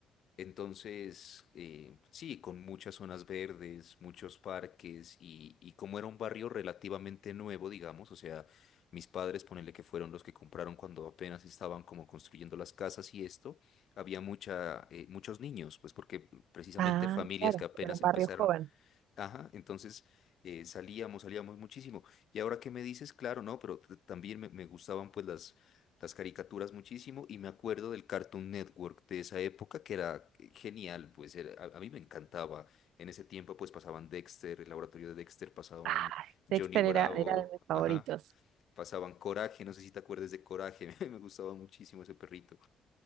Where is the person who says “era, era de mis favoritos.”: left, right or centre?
Right